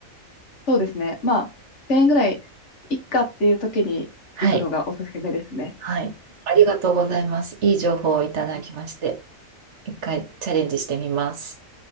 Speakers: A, on the left (about 60°); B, on the right (about 60°).
A: そうですね。まあ、1000円ぐらいいっかっていう時に行くのがおすすめですね。
B: はい、はい。ありがとうございます。いい情報をいただきまして、一回チャレンジしてみます。